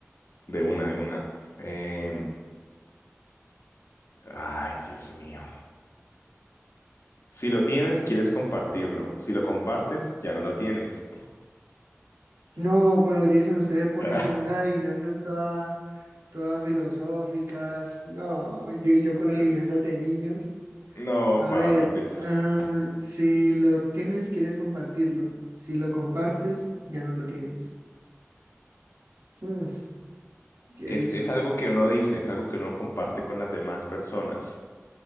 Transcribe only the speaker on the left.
de una, de una. Em, ay, Dios mío. Si lo tienes, quieres compartirlo. Si lo compartes, ya no lo tienes. <laughs>
Ah,
es-
No,
papi,
pues,
Es, es algo que uno dice, es algo que uno comparte con las demás personas.